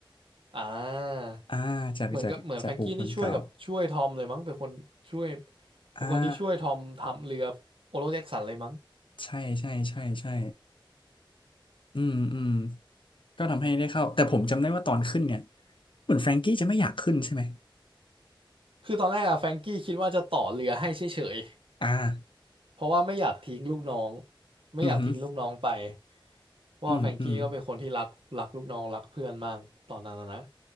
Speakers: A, on the right; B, on the left.
A: อ่า
B: อ่าจากจากจากบุคคลเก่า
A: เหมือนกับเหมือนแฟรงกี้นี่ช่วยกับช่วยทอมเลยมั้งเป็นคนช่วย
B: อ่า
A: เป็นคนที่ช่วยทอมทำเรือโอโรเจ็กสันเลยมั้ง
B: ใช่ใช่ใช่ใช่อืมอืมก็ทำให้ได้เข้าแต่ผมจำได้ว่าตอนขึ้นเนี่ยเหมือนแฟรงกี้จะไม่อยากขึ้นใช่ไหม
A: คือตอนแรกอะแฟรงกี้คิดว่าจะต่อเรือให้เฉย
B: อ่า
A: เพราะว่าไม่อยากทิ้งลูกน้องไม่อยากทิ้งลูกน้องไป
B: อืมอหือ
A: เพราะว่าแฟรงกี้ก็เป็นคนที่รักรักลูกน้องรักเพื่อนมากตอนนั้นนะนะ
B: อืมอืม